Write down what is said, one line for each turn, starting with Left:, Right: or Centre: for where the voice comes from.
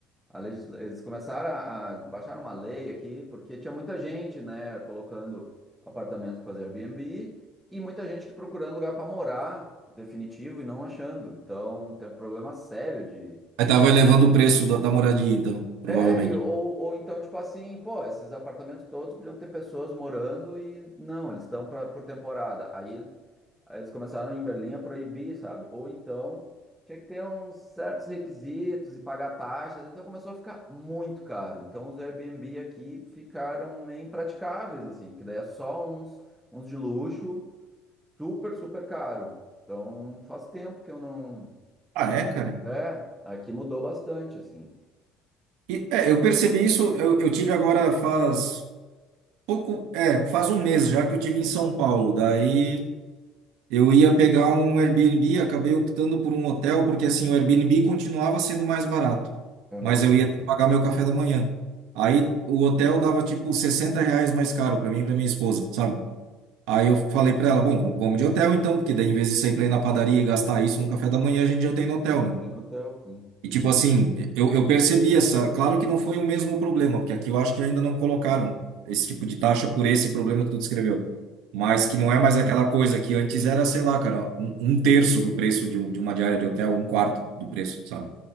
Centre: a legisla... eles começaram a, a baixar uma lei aqui, porque tinha muita gente, né, colocando apartamento para fazer Airbnb e muita gente que procurando lugar para morar definitivo e não achando. Então, tem um problema sério de
Right: Aí tava elevando o preço da, da moradia, então, provavelmente.
Centre: É, e- ou, ou então, tipo assim, pô, esses apartamentos todos podiam ter pessoas morando e não, eles estão pra, por temporada. Aí eles começaram em Berlim a proibir, sabe? Ou então tinha que ter uns certos requisitos e pagar taxas, então começou a ficar muito caro. Então os Airbnb aqui ficaram meio impraticáveis, assim, porque daí é só uns, uns de luxo, super, super caro. Então faz tempo que eu não.
Right: Ah, é, cara?
Centre: É, aqui mudou bastante, assim.
Right: E, é, eu percebi isso, eu, eu tive agora faz pouco, é, faz um mês já que eu tive em São Paulo. Daí. Eu ia pegar um Airbnb, acabei optando por um hotel, porque assim, o Airbnb continuava sendo mais barato,
Centre: Aham.
Right: mas eu ia ter que pagar meu café da manhã. Aí o hotel dava tipo 60 reais mais caro para mim e para minha esposa, sabe? Aí eu falei para ela, bom, vamos de hotel então, porque daí em vez de sair para ir na padaria e gastar isso no café da manhã, a gente já tem no hotel,
Centre: Botei
Right: né?
Centre: no hotel, sim.
Right: E tipo assim, eu, eu percebi essa. Claro que não foi o mesmo problema, porque aqui eu acho que ainda não colocaram esse tipo de taxa por esse problema que tu descreveu. Mas que não
Centre: Sim,
Right: é mais aquela coisa que antes era, sei lá, cara, um, um terço do preço de, um- de uma diária de hotel, um quarto do preço, sabe?